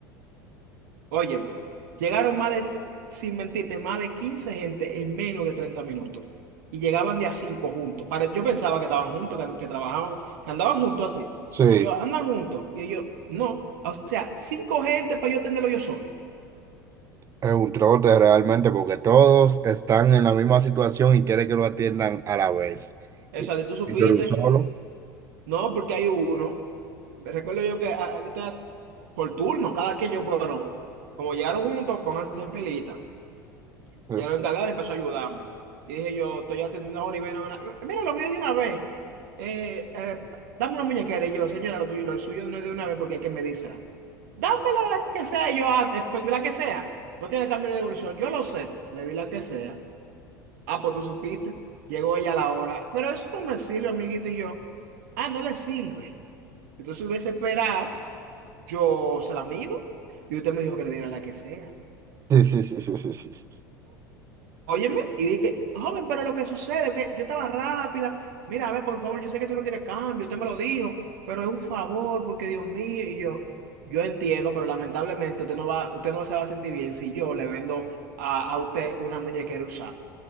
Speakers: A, on the right; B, on the right.
A: Óyeme, llegaron más de, sin mentirte, más de 15 gente en menos de 30 minutos. Y llegaban de a 5 juntos. Pare- yo pensaba que estaban juntos, que, que trabajaban, que andaban juntos así.
B: Sí,
A: Y yo, andan juntos. Y ellos, no. O sea, cinco gente para yo atenderlo yo solo.
B: es un trote realmente porque todos están en la misma situación y quieren que lo atiendan a la vez.
A: Esa
B: Y,
A: de tú supiste,
B: y tú eres un solo.
A: no, porque hay uno. Recuerdo yo que ah, yo estaba por turno, cada que yo, bueno, como llegaron juntos, pónganse en filita.
B: eso.
A: Ya la
B: <laughs>
A: encargada empezó a ayudarme. Y dije yo, estoy atendiendo ahora y ven a una... Mira, lo mío de una vez. Eh, eh, dame una muñequera. Y yo, señora, lo tuyo, lo suyo no es de una vez porque hay que medírsela. Dámela la que sea. Y yo, ah, te- pues, la que sea. No tiene cambio de devolución. Yo lo sé. Le di la que sea. Ah, pues tú supiste. Llegó ella a la hora. Pero eso no me sirve, amiguito. Y yo, ah, no le sirve. Si tú se hubiese esperado, yo se la mido. Y usted me dijo que le diera la que sea.
B: Sí, sí, sí, sí, sí, sí, sí.
A: Óyeme, y dije, joven, pero lo que sucede es que yo estaba rápida. Mira, a ver, por favor, yo sé que eso no tiene cambio, usted me lo dijo, pero es un favor, porque Dios mío, y yo, yo entiendo, pero lamentablemente usted no va, usted no se va a sentir bien si yo le vendo a, a usted una muñequera usada,